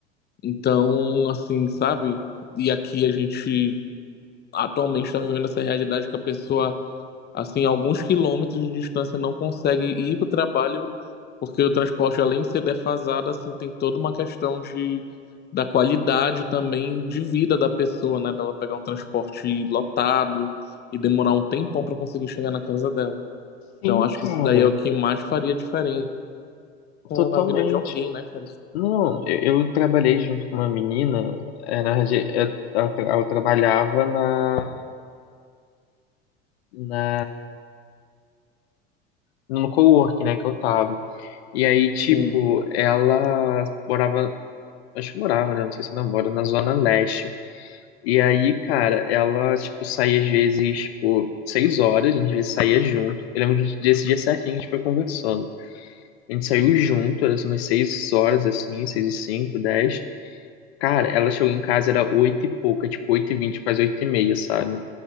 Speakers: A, on the left; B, on the left.
A: Então, assim, sabe? E aqui a gente atualmente está vivendo essa realidade que a pessoa, assim, a alguns quilômetros de distância não consegue ir para o trabalho, porque o transporte, além de ser defasado, assim, tem toda uma questão de, da qualidade também de vida da pessoa, né? Dela pegar um transporte lotado e demorar um tempão para conseguir chegar na casa dela.
B: sim,
A: Então, acho
B: cara,
A: que isso daí é o que mais faria diferença
B: totalmente.
A: na vida de alguém, né, cara?
B: Não, eu, eu trabalhei junto com uma menina, é, na, radi- é, ela, tra- ela trabalhava na, na, no cowork, né, que eu tava. E aí, tipo,
A: Sim.
B: ela morava acho que morava, né? Não sei se ainda mora, na Zona Leste. E aí, cara, ela, tipo, saía às vezes, tipo, seis horas, a gente às vezes saía junto. Eu lembro de- desse dia certinho, a gente foi conversando. A gente saiu junto, era assim, umas seis horas, assim, seis e cinco, dez. Cara, ela chegou em casa, era oito e pouca, tipo, oito e vinte, quase oito e meia, sabe?